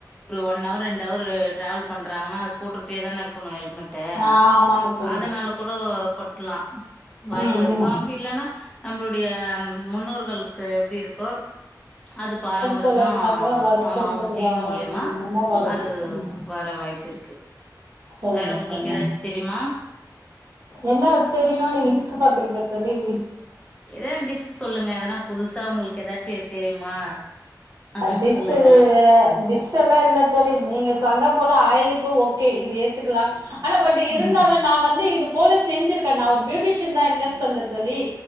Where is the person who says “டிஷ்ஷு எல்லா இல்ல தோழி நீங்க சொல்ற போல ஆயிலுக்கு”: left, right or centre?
Right